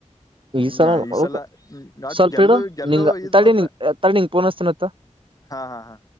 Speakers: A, on the left; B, on the right.
A: ಹ್ಮ್
B: ಈ ಸಲ ನೋಡ್ಬೇಕು
A: ಈಸಲ್ಮ ಅಟ್
B: ಸ್ವಲ್ಪ
A: ಗೆಲ್ಲು
B: ಇಡು
A: ಗೆಲ್ಲು
B: ನಿಂಗ
A: ಇದು
B: ತಡಿ
A: ಮಾತ್ರ
B: ನಿಂಗ ತಡಿ ನಿಂಗ್ ಪೋನ್ ಹಚ್ತಿನತ್ತ.
A: ಹಾ ಹಾ ಹಾ